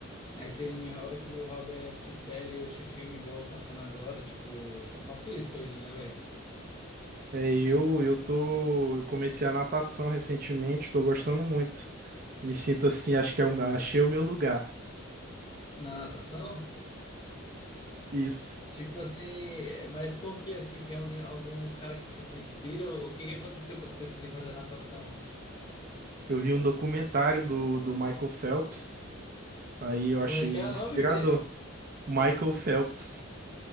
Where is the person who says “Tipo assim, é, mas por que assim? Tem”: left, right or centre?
Left